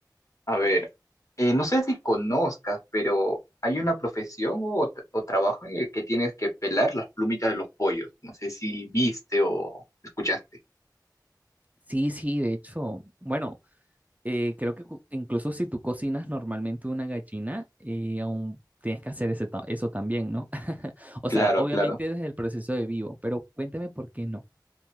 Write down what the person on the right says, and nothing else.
Sí, sí, de hecho, bueno, eh, creo que cu- incluso si tú cocinas normalmente una gallina, eh, aún tienes que hacer ese ta- eso también, ¿no? <laughs> O
sea, obviamente
desde el proceso de vivo, pero cuéntame por qué no.